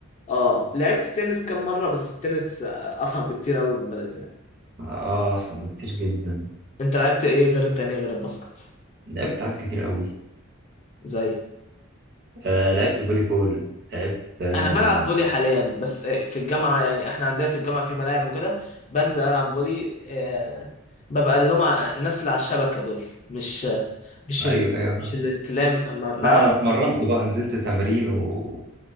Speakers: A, on the left; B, on the right.
A: اه لعبت تنس كام مرة بس التنس آه، أصعب بكتير أوي من بدل يعني
B: اه اصعب بكتير جدا
A: أنت لعبت إيه غير التانية غير الباسكت
B: لعبت ساعات كتير قوي
A: زي
B: آه لعبت فولي بول لعبت آه
A: انا بلعب فولي حاليا بس آه، في الجامعه يعني احنا عندنا في الجامعه في ملاعب وكده بنزل العب فولي آه، ببقى اللي هم الناس اللي على الشبكه دول مش آه، مش ال...
B: ايوه ايوه بقى.
A: مش الاستلام ما ما
B: لا
A: اعرفش
B: انا اتمرنت بقى نزلت تمرين وفترة